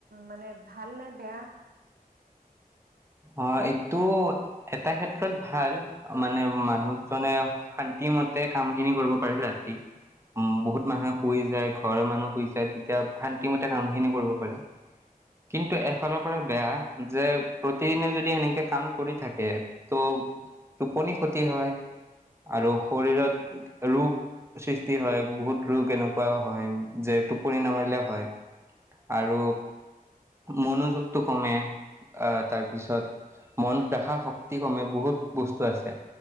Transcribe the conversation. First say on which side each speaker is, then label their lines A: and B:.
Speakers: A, on the right; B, on the right.
A: মানে ভাল নে বেয়া?
B: অ', এইটো, এটা ক্ষেত্ৰত ভাল মানে মানুহ জনে শান্তি মতে কাম খিনি কৰিব পাৰিছে ৰাতি। উম বহুত মানুহে শুই যায় ঘৰৰ মানুহ শুই যায় তেতিয়া শান্তিমতে কামখিনি কৰিব পাৰে। কিন্তু এফালৰ পৰা বেয়া যে প্ৰতিদিনে যদি সেনেকে কাম কৰি থাকে, ত', টোপনি ক্ষতি হয়। আৰু শৰীৰত, ৰোগ সৃষ্টি হয় বহুত ৰোগ এনেকুৱাও হয় যে টোপনি নামাৰিলে হয়। আৰু, মনোযোগটো কমে, আহ', তাৰপিছত। মনত পেখা শক্তি কমে বহুত বস্তু আছে।